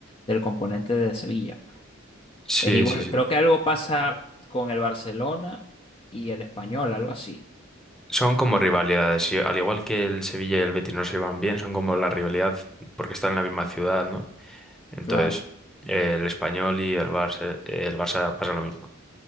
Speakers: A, on the left; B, in the centre.
A: del componente de Sevilla.
B: sí,
A: Es igual,
B: sí, sí.
A: creo que algo pasa con el Barcelona y el Español, algo así.
B: Son como rivalidades, y al igual que el Sevilla y el Betis no se llevan bien, son como la rivalidad porque están en la misma ciudad, ¿no? Entonces,
A: Claro,
B: eh, el Español y el Barça, el Barça pasa lo mismo.